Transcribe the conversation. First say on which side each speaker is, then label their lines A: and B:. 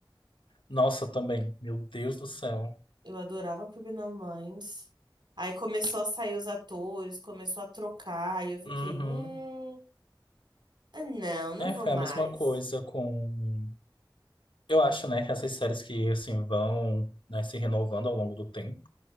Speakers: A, on the left; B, on the right.
A: Nossa, também. Meu Deus do céu.
B: Eu adorava Criminal Minds. Aí começou a sair os atores, começou a trocar, e eu fiquei,
A: Uhum.
B: hum, ah, não, não
A: É,
B: vou
A: foi
B: mais.
A: a mesma coisa com. Eu acho, né, que essas séries que, assim, vão, né, se renovando ao longo do tempo.